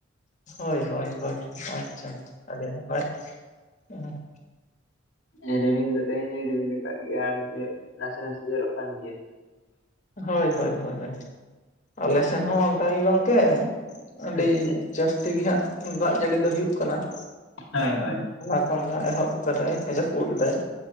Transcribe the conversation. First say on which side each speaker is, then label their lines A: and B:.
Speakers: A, on the left; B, on the left.
A: ᱦᱚᱭ ᱦᱚᱭ ᱦᱚᱭ ᱟᱪᱪᱷᱟ ᱟᱹᱰᱤ ᱱᱟᱯᱟᱭ᱾ ᱟᱸ
B: ᱮ ᱨᱤᱢᱤᱞ ᱫᱚ ᱛᱮᱦᱮᱧ ᱦᱚᱸᱭ ᱨᱤᱢᱤᱞ ᱠᱟᱜ ᱜᱮᱭᱟ, ᱟᱨ ᱡᱚᱜ ᱱᱟᱥᱮ ᱱᱟᱥᱮ ᱡᱚᱨᱚᱜ ᱠᱟᱱ ᱜᱮᱭᱟ᱾
A: ᱦᱚᱭ ᱦᱚᱭ ᱦᱚᱭ ᱦᱚᱭ ᱟᱞᱮ ᱥᱮᱱ ᱦᱚᱸ ᱚᱱᱠᱟ ᱜᱮ ᱜᱚᱝᱠᱮ᱾ ᱟᱹᱰᱤ
B: ᱟᱪᱪᱷᱟ
A: ᱡᱟᱹᱥᱛᱤ ᱜᱮᱦᱟᱸᱜ ᱫᱟᱜ ᱡᱟᱹᱲᱤ ᱫᱚ ᱦᱩᱭᱩᱜ ᱠᱟᱱᱟ
B: ᱦᱳᱭ ᱦᱳᱭ
A: ᱦᱮᱸ᱾ ᱦᱚᱞᱟ ᱠᱷᱚᱱ ᱜᱮ ᱦᱟᱸᱜ ᱮᱦᱚᱵ ᱠᱟᱫᱟᱭ ᱮ ᱡᱟᱯᱩᱫ ᱮᱫᱟᱭ᱾